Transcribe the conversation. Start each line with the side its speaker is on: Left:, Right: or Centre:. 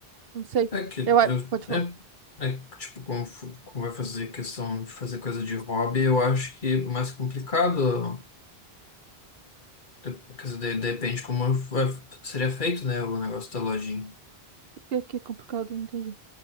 Right: Não sei.
Left: É que eu-
Right: Eu a- Pode falar.
Left: é, é que, tipo, como, fu- como vai fazer questão de fazer coisa de hobby, eu acho que o mais complicado, de- quer dizer, de- depende como vai- seria feito, né, o negócio da lojinha.
Right: que que é complicado? Não entendi.